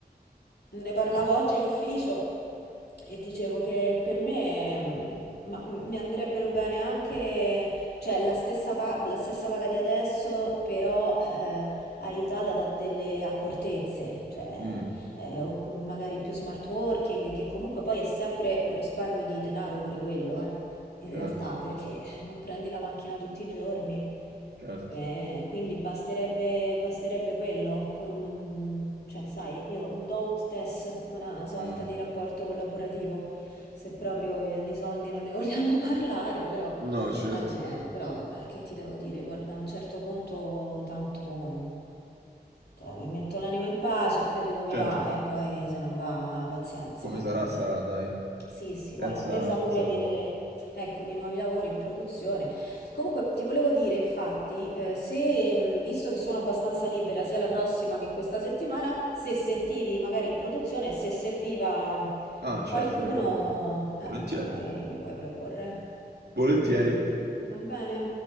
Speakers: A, on the left; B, on the right.
A: Ne parlavo
B: Eh.
A: oggi in ufficio e dicevo che per me mh, ma- mm, mi andrebbero bene anche, cioè, la stessa, pa- la stessa paga di adesso, però eh, aiutata da delle accortezze, cioè,
B: Mm,
A: eh, o magari più smart working, che comunque poi è sempre un risparmio di denaro pure quello, eh in realtà,
B: certo,
A: perché eh, non prendi la macchina tutti i giorni.
B: certo.
A: Eh, quindi basterebbe, basterebbe quello, pure un, cioè, sai, io un do ut des, una sorta
B: Mm.
A: di rapporto collaborativo, se proprio eh, di soldi non ne vogliamo <laughs> parlare, però
B: No, certo,
A: almeno, però vabbè, che ti devo dire, guarda, a un certo punto tanto, cioè, mi metto l'anima in pace, vedo come
B: certo.
A: va e poi se non va, pazienza.
B: Come
A: eh.
B: sarà, sarà, dai.
A: Sì, sì,
B: Senza,
A: ma in attesa
B: senza
A: pure di,
B: paura.
A: Ecco, di nuovi lavori in produzione. Comunque ti volevo dire, infatti, eh, se, mh, visto che sono abbastanza libera sia la prossima che questa settimana, se sentivi magari in produzione, se serviva
B: Ah, certo,
A: qualcuno,
B: ti propongo. Volentieri.
A: eh, mi puoi, mi puoi proporre.
B: Volentieri.
A: Va bene?